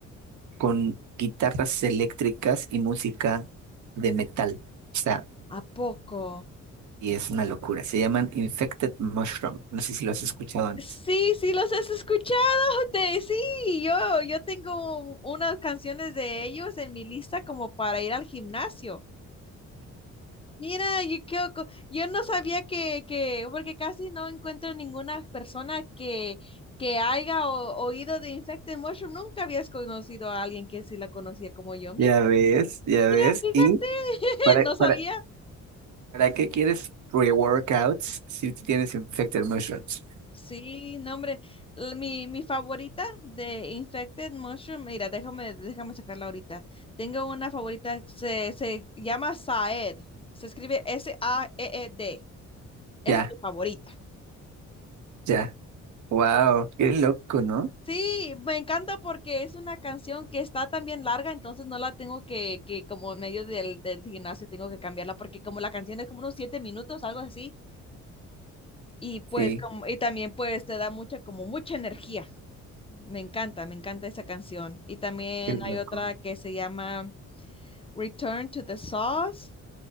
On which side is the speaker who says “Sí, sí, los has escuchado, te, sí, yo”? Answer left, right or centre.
Left